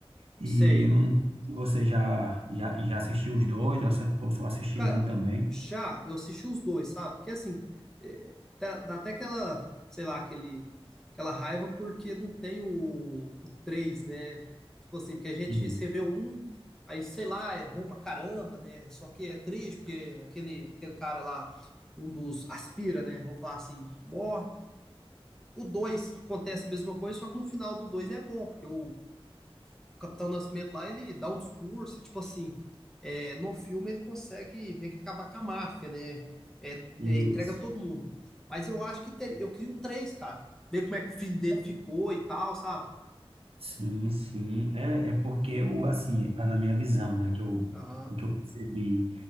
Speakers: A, on the right; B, in the centre.
A: E
B: sei.
A: eu não. Você já, já, já assistiu os dois, ou só ou só assistiu
B: Cara,
A: um também?
B: já eu assisti os dois, sabe? Porque assim, é, tá- dá até aquela, sei lá, aquele, aquela raiva porque não tem o, o 3, né? Tipo assim, porque a gente,
A: Isso.
B: você vê o um, aí sei lá, é bom pra caramba, né? Só que é triste porque aquele, aquele cara lá, um dos aspira, né? Vamos falar assim, morre. O dois acontece a mesma coisa, só que no final do dois é bom, porque o, o Capitão Nascimento lá, ele dá um discurso, tipo assim, é, no filme ele consegue meio que acabar com a máfia, né? É,
A: Isso.
B: é, entrega todo mundo. Mas eu acho que ter, eu queria três cara. Ver como é que o filho dele ficou e tal, sabe?
A: Sim, sim. É, é porque o assim, a- na minha visão, né, que eu,
B: Aham,
A: o que eu percebi